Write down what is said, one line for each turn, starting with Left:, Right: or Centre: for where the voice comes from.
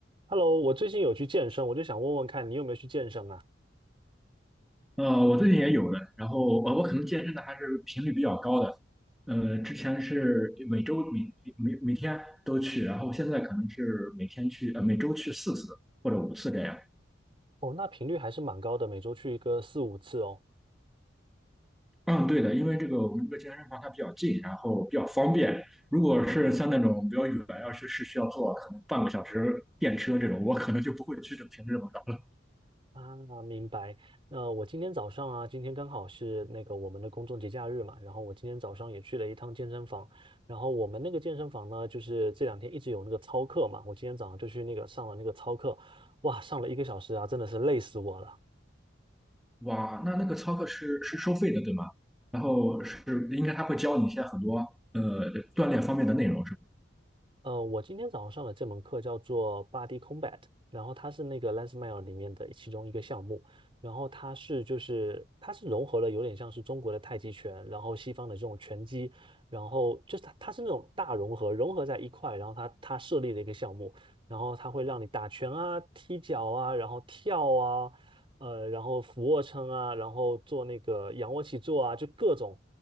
Right: Hello，我最近有去健身，我就想问问看你有没有去健身啊？
Centre: 呃，我最近也有的，然后我我可能健身的还是频率比较高的，呃，之前是每周每每每天都去，然后现在可能是每天去，呃，每周去四次或者五次这样。
Right: 哦，那频率还是蛮高的，每周去一个四五次哦。
Centre: 嗯，对的，因为这个我们这个健身房它比较近，然后比较方便。如果是像那种比较远，要是是需要坐可能半个小时电车这种，我可能就不会去这频率这么高了。
Right: 啊，明白。那我今天早上啊，今天刚好是那个我们的公众节假日嘛，然后我今天早上也去了一趟健身房。然后我们那个健身房呢，就是这两天一直有那个操课嘛，我今天早上就去那个上了那个操课，哇，上了一个小时啊，真的是累死我了。
Centre: 哇，那那个操课是是收费的，对吗？然后是应该他会教你一些很多呃锻炼方面的内容，是吧？
Right: 呃，我今天早上上的这门课叫做 Body Combat，然后它是那个 LensMile 里面的其中一个项目，然后它是就是它是融合了有点像是中国的太极拳，然后西方的这种拳击，然后就是它它是那种大融合，融合在一块，然后它它设立的一个项目，然后它会让你打拳啊、踢脚啊，然后跳啊，呃，然后俯卧撑啊，然后做那个仰卧起坐啊，就各种。